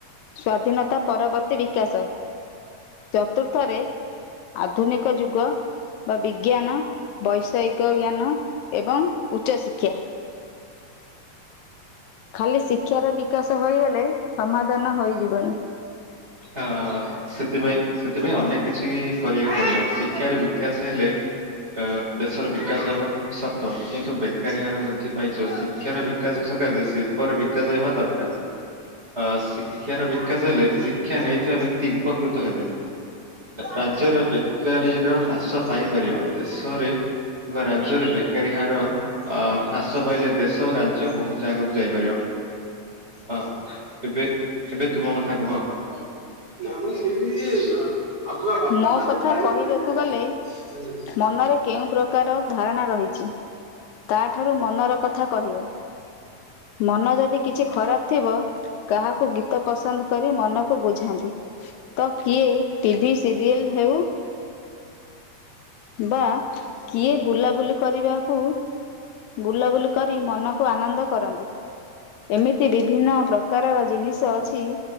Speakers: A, on the left (about 80°); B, on the right (about 20°).
A: ସ୍ୟାଧୀନତା ପରବର୍ତ୍ତୀ ବିକାଶ। ଚତୁର୍ଥରେ ଆଧୁନିକ ଯୁଗ, ବା ବିଜ୍ଞାନ, ବୈଷୟିକ ଜ୍ଞାନ ଏବଂ ଉଚ୍ଚଶିକ୍ଷା। ଖାଲି ଶିକ୍ଷାର ବିକାଶ ହୋଇଗଲେ ସମାଧାନ ହୋଇଯିବନି।
B: ଅ ସେଥିପାଇଁ ସେଥିପାଇଁ ଅନେକ କିଛି କରିବାକୁ ପଡିବ ଶିକ୍ଷାର ବିକାଶ ହେଲେ ଅ ଦେଶର ବିକାଶ ହେବ ସତ କିନ୍ତୁ ବେକାରୀ ହାର ବୃଦ୍ଧି ପାଇଯିବ ଶିକ୍ଷା ଶିକ୍ଷାର ବିକାଶ ସକାଶ ଶିଳ୍ପର ବିକାଶ ହେବା ଦରକାର। ଅ ଶିକ୍ଷାର ବିକାଶ ହେଲେ ଶିକ୍ଷା ଶିକ୍ଷା ନେଇଥିବା ବ୍ୟକ୍ତି ଉପକୃତ ହେବେ ରାଜ୍ୟର ବେକାରୀର ହ୍ରାସ ପାଇପାରିବ। ଦେଶରେ କିମ୍ବା ରାଜ୍ୟରେ ବେକାରୀ ହାର ଅ ହ୍ରାସ ପାଇଲେ ଦେଶ ଓ ରାଜ୍ୟ ବହୁତ ଆଗକୁ ଯାଇପାରିବ।
A: <inaudible>
B: ଅ ଏବେ ଏବେ ତୁମ କଥା କୁହ? <unintelligible> ଆଗୁଆ ବାପାଟା
A: ମୋ କଥା
B: ଦେଖାହେଲେ
A: କହିବାକୁ
B: ସେ
A: ଗଲେ
B: ହୁଁ
A: ମନରେ କେଉଁ ପ୍ରକାର ଧାରଣା ରହିଛି ତାଠାରୁ ମନର କଥା କହିବ। ମନ ଯଦି କିଛି ଖରାପ ଥିବ କାହାକୁ ଗୀତ ପସନ୍ଦ କରି ମନକୁ ବୁଝାନ୍ତି। ତ କିଏ ଟିଭି ସିରିଏଲ୍ ହେଉ ବା କିଏ ବୁଲାବୁଲି କରିବାକୁ ବୁଲାବୁଲି କରି ମନକୁ ଆନନ୍ଦ କରନ୍ତି ଏମିତି ବିଭିନ୍ନ ପ୍ର ପ୍ରକାରର ଜିନିଷ ଅଛି